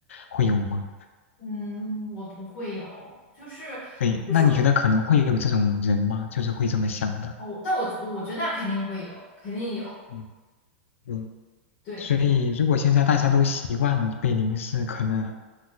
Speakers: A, on the left; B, on the left.
A: 会有吗？
B: 嗯，我不会有，就是就是我
A: 对，那你觉得可能会有这种人吗？就是会这么想的。
B: 哦，但我我觉得那肯定会有，肯定有。
A: 嗯嗯，
B: 对，
A: 所以如果现在大家都习惯了被凝视，可能。